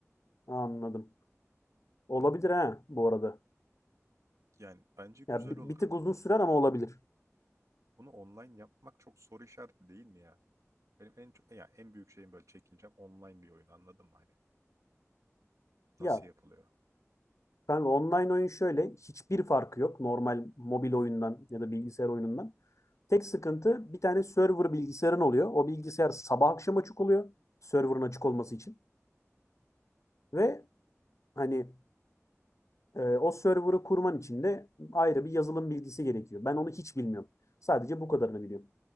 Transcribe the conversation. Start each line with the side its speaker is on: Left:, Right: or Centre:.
Left: Anladım. Olabilir ha bu arada.
Right: Yani bence güzel
Left: Ya bi-
Right: olur.
Left: bir tık uzun sürer ama olabilir.
Right: Bunu online yapmak çok soru işareti değil mi ya? Benim en çok yani en büyük şeyim böyle çekincem online bir oyun anladın mı hani? Nasıl
Left: Ya
Right: yapılıyor?
Left: kanka online oyun şöyle hiçbir farkı yok normal mobil oyundan ya da bilgisayar oyunundan. Tek sıkıntı bir tane server bilgisayarın oluyor. O bilgisayar sabah akşam açık oluyor. Server'ın açık olması için. Ve hani Ee, o server'ı kurman için de ayrı bir yazılım bilgisi gerekiyor. Ben onu hiç bilmiyorum. Sadece bu kadarını biliyorum.